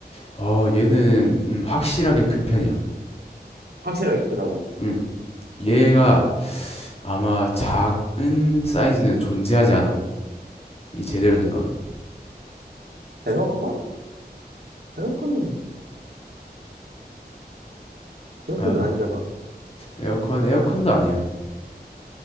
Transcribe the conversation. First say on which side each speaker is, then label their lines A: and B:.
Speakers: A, on the left; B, on the right.
A: 어, 얘는 음, 확실하게 큰 편이야.
B: 확실하게 크다고.
A: 음, 얘가 아마 작은 사이즈는 존재하지 않아. 이 제대로 된 건.
B: 에어컨? 에어컨은, 에어컨은
A: 아,
B: 아니잖아.
A: 에어컨, 에어컨도 아니야.